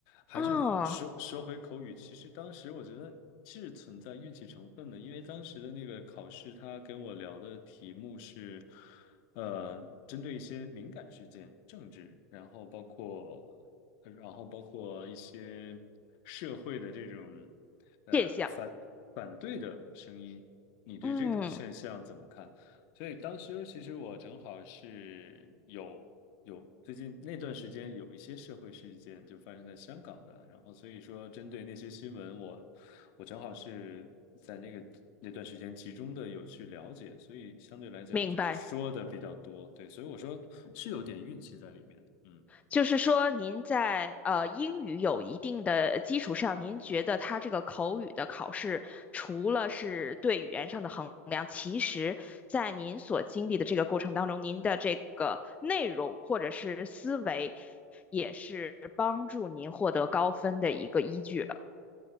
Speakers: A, on the left; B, on the left.
A: 还是说说回口语，
B: 哦，
A: 其实当时我觉得是存在运气成分的，因为当时的那个考试，他给我聊的题目是，呃，针对一些敏感事件、政治，然后包括。呃然后包括一些社会的这种呃反反对的声音，
B: 现象。
A: 你对这种现象怎么看？
B: 嗯，
A: 所以当时其实我正好是有有最近那段时间有一些社会事件就发生在香港的，然后所以说针对那些新闻我，我正好是在那个那段时间集中的有去了解，所以相对来讲就是说的比较多，
B: 明白。
A: 对，所以我说是有点运气在里面的，嗯
B: 就是说，您在呃英语有一定的基础上，您觉得它这个口语的考试，除了是对语言上的衡量，其实在您所经历的这个过程当中，您的这个内容或者是思维，也是帮助您获得高分的一个依据了。